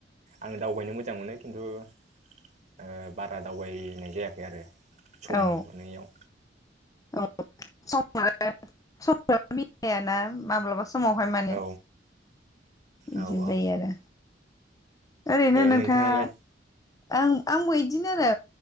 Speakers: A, on the right (about 40°); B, on the left (about 20°).
A: आङो दावबायनो मोजां मोनो खिन्थु ओ बारा दावबायनाय जायाखै आरो। सम
B: औ
A: मोनियाव।
B: औ <unintelligible> मिलायाना माब्लाबा समावहाय माने।
A: औ
B: बिदिनो
A: औ औ ओ
B: जायो आरो। ओरैनो नोंथाङा
A: नोंथाङालाय
B: आं आंबो इदिनो आरो